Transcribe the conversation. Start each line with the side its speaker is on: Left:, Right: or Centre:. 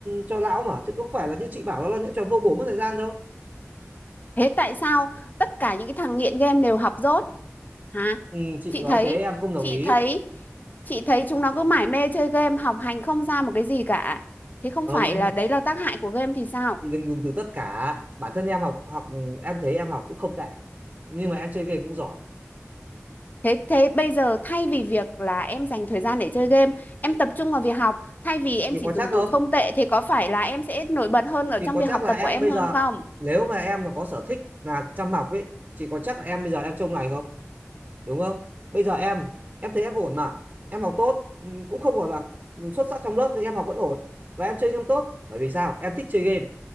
Right: cho lão mà chứ không phải là như chị bảo nó là những trò vô bổ mất thời gian đâu
Left: thế tại sao tất cả những cái thằng nghiện game đều học dốt hả
Right: Ừ, chị
Left: chị
Right: nói
Left: thấy
Right: thế em không đồng
Left: chị
Right: ý
Left: thấy chị thấy chúng nó cứ mải mê chơi game học hành không ra một cái gì cả thế không
Right: không
Left: phải là đấy là tác hại của game thì sao
Right: chị đừng dùng từ tất cả bản thân em học học em thấy em học cũng không tệ nhưng mà em chơi game cũng giỏi
Left: thế thế bây giờ thay vì việc là em dành thời gian để chơi game em tập trung vào việc học thay vì em
Right: thì
Left: chỉ
Right: có
Left: dùng
Right: chắc không
Left: từ không tệ thì có phải là em sẽ nổi bật hơn ở
Right: thì
Left: trong
Right: có
Left: việc
Right: chắc
Left: học
Right: là
Left: tập
Right: em
Left: của em
Right: bây
Left: hơn
Right: giờ
Left: không
Right: nếu mà em mà có sở thích là chăm học ấy chị có chắc là em bây giờ em trông này không đúng không bây giờ em em thấy em ổn mà em học tốt ừ, cũng không phải là xuất sắc trong lớp nhưng em học vẫn ổn và em chơi game tốt bởi vì sao em thích chơi game